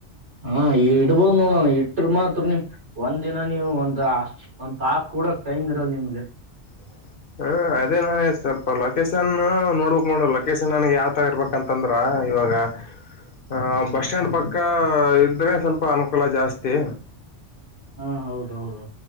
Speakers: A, on the right; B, on the left.
A: ಹಾ ಇಡಬೋದ ನೋಡಣ ಇಟ್ಟ್ರೂನು ಮಾತ್ರ ನೀ ಒಂದಿನ ನೀವು ಒಂದ ಆ ಒಂದ್ ಪ ಕೂಡಾ ಟೈಮ್ ಇರಲ್ ನಿಮ್ಗ.
B: <inaudible> ಹ ಅದೇ ನಾನೇ ಸ್ವಲ್ಪ ಲೊಕೇಶನು ನೋಡ್ಬಕ್ ನೋಡ ಅಲ್ಲಿ ಲೊಕೇಶನ್ ನನಗ್ ಯಾವ ತರ ಇರ್ಬೇಕಂತಂದ್ರ. ಅ ಇವಾಗ. ಆ ಬಸ್ಟಾಂಡ್ ಪಕ್ಕ ಇದ್ರೆ ಸ್ವಲ್ಪ ಅನುಕೂಲ ಜಾಸ್ತಿ.
A: ಹಾ ಹೌದೌದ.